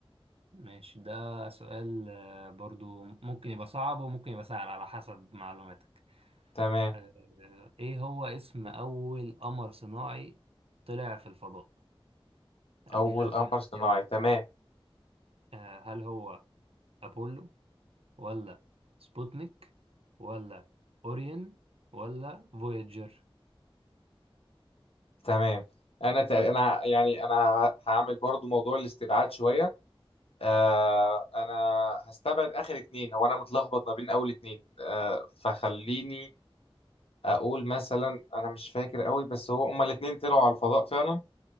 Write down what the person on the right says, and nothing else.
ماشي ده سؤال آه، برضو ممكن يبقى صعب وممكن يبقى سهل على حسب معلوماتك
آه، ايه هو اسم اول قمر صناعي طلع في الفضاء ادي
لك
اختيارات
آه، هل هو ابولو ولا سبوتنيك ولا اوريون ولا فوياجر